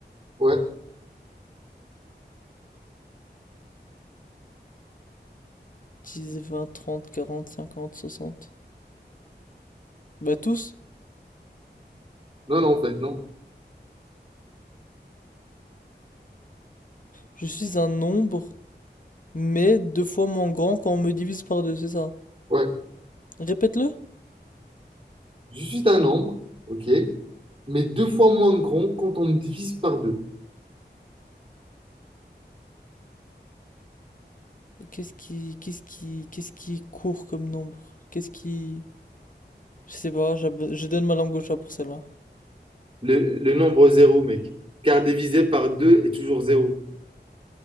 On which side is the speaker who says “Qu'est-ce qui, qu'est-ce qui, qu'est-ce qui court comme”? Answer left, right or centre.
Left